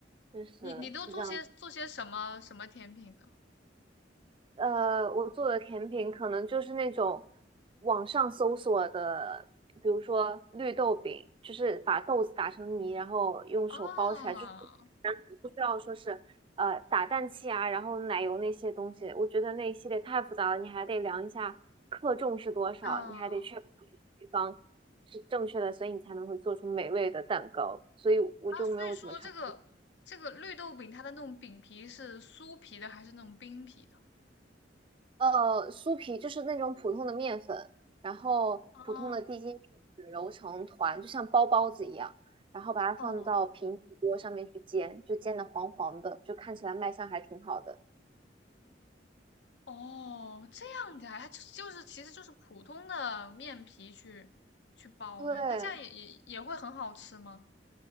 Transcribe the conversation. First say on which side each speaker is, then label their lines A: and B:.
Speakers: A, on the right; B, on the left.
A: 确实是这样子。
B: 你你都做些做些什么什么甜品呢？
A: 呃，我做的甜品可能就是那种网上搜索的，比如说绿豆饼，就是把豆子打成泥，然后用手包起来，
B: 啊
A: 就是不需要说是呃打蛋器啊，然后奶油那些东西。我觉得那一系列太复杂了，你还得量一下克重是多少，
B: 啊
A: 你还得确保配方是正确的，所以你才能会做出美味的蛋糕。所以我就没有怎么尝。
B: 啊！所以说这个这个绿豆饼，它的那种饼皮是酥皮的还是那种冰皮的？
A: 呃，酥皮就是那种普通的面粉，然后普通的低筋面粉揉成团，
B: 啊
A: 就像包包子一样，然后把它放到平底锅上面去煎，
B: 哦
A: 就煎的黄黄的，就看起来卖相还挺好的。
B: 哦，这样的啊，它就就是其实就是普通的面皮去去包呗，
A: 对，
B: 它这样也也也会很好吃吗？